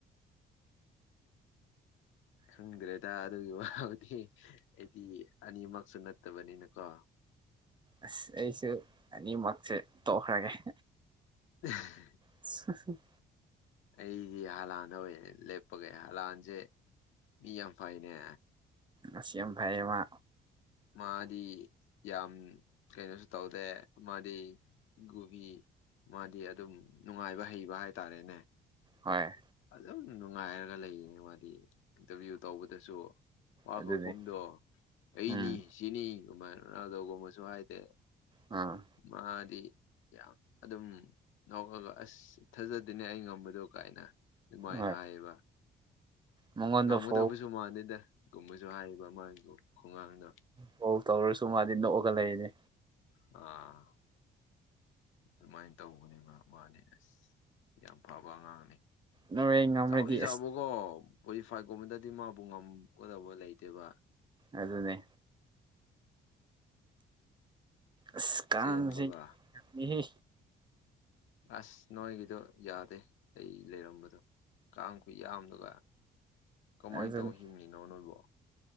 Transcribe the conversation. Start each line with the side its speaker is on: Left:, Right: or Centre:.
Left: ꯈꯪꯒ꯭ꯔꯦꯗ ꯑꯗꯨꯒꯤ ꯋꯥꯗꯤ ꯑꯩꯗꯤ ꯑꯅꯤꯃꯛꯁꯨ ꯅꯠꯇꯕꯅꯤꯅꯀꯣ
Right: ꯑꯁ ꯑꯩꯁꯨ ꯑꯅꯤꯃꯛꯁꯦ ꯇꯣꯛꯈ꯭ꯔꯒꯦ
Left: <unintelligible>
Right: ꯑꯁ <unintelligible>
Left: ꯑꯩꯗꯤ ꯍꯂꯥꯟꯗ ꯑꯣꯏꯅ ꯂꯦꯞꯄꯒꯦ ꯍꯂꯥꯟꯁꯦ ꯃꯤ ꯌꯥꯝ ꯐꯩꯅꯦ
Right: ꯑꯁ ꯌꯥꯝ ꯐꯩ ꯃꯥ
Left: ꯃꯥꯗꯤ ꯌꯥꯝ ꯀꯩꯅꯣꯁꯨ ꯇꯧꯗꯦ ꯃꯥꯗꯤ ꯒꯨꯕꯤ ꯃꯥꯗꯤ ꯑꯗꯨꯝ ꯅꯨꯡꯉꯥꯏꯕ ꯍꯩꯕ ꯍꯥꯏꯇꯥꯔꯦꯅꯦ
Right: ꯍꯣꯏ
Left: ꯑꯗꯨꯝ ꯅꯨꯡꯉꯥꯏꯔꯒ ꯂꯩꯌꯦꯅꯦ ꯃꯥꯗꯤ ꯏꯟꯇꯔꯕꯤꯌꯨ ꯇꯧꯕꯗꯁꯨ ꯋꯥ
Right: ꯑꯗꯨꯅꯤ
Left: ꯈꯨꯈꯨꯝꯗꯣ ꯑꯩꯅꯤ
Right: ꯎꯝ
Left: ꯁꯤꯅꯤ ꯒꯨꯝꯃꯥꯏꯅ ꯔꯣꯅꯥꯜꯗꯣꯒꯨꯝꯅꯁꯨ ꯍꯥꯏꯗꯦ
Right: ꯎꯝ
Left: ꯃꯥꯗꯤ ꯌꯥꯝ ꯑꯗꯨꯝ ꯅꯣꯛꯑꯒ ꯑꯁ ꯊꯥꯖꯗꯅꯦ ꯑꯩ ꯉꯝꯕꯗꯣ ꯀꯥꯏꯅ ꯑꯗꯨꯃꯥꯏꯅ
Right: ꯍꯣꯏ
Left: ꯍꯥꯏꯌꯦꯕ
Right: ꯃꯉꯣꯟꯗ
Left: ꯉꯝꯒꯗꯕꯁꯨ
Right: ꯐꯣꯜ
Left: ꯃꯥꯟꯗꯦꯗ ꯒꯨꯝꯕꯁꯨ ꯍꯥꯏꯌꯦꯕ ꯃꯥꯒꯤ ꯈꯨꯒꯥꯡꯗꯣ
Right: ꯇ꯭ꯔꯣꯜ ꯇꯧꯔꯁꯨ ꯃꯥꯗꯤ ꯅꯣꯛꯑꯒ ꯂꯩꯅꯦ
Left: ꯑꯥ ꯑꯗꯨꯃꯥꯏꯅ ꯇꯧꯕꯅꯦꯕ ꯃꯥꯗꯤ ꯑꯁ ꯌꯥꯝ ꯐꯕ ꯑꯉꯥꯡꯅꯤ
Right: ꯅꯣꯔꯋꯦ ꯉꯝꯔꯗꯤ
Left: ꯆꯥꯎꯗꯤ ꯆꯥꯎꯕ
Right: ꯑꯁ
Left: ꯀꯣ ꯀꯣꯂꯤꯐꯥꯏꯒꯨꯝꯕꯗꯗꯤ ꯃꯥꯕꯨ ꯉꯝꯒꯗꯕ ꯂꯩꯇꯦꯕ
Right: ꯑꯗꯨꯅꯤ ꯑꯁ ꯀꯥꯡꯁꯦ
Left: ꯆꯦꯟꯕꯒ
Right: ꯌꯥꯝꯃꯤꯍꯦ
Left: ꯑꯁ ꯅꯣꯏꯒꯤꯗꯣ ꯌꯥꯗꯦ ꯑꯩ ꯂꯩꯔꯝꯕꯗꯣ ꯀꯥꯡ ꯈꯨꯨꯌꯥꯝꯗꯨꯒ ꯀꯃꯥꯏꯅ
Right: ꯑꯗꯨꯅꯤ
Left: ꯇꯧꯔ ꯍꯤꯡꯉꯤꯅꯣ ꯅꯣꯏꯕꯣ